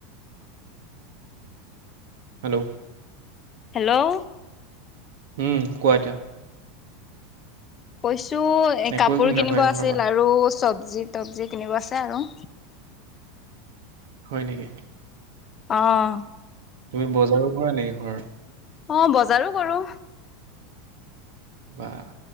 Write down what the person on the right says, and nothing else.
হেল্ল'।
উম, কোৱা এতিয়া।
একোৱে
শুনি
নাপায়
তোমাৰ মাত
হয় নেকি?
তুমি বজাৰো কৰা নেকি ঘৰৰ?
বাহ,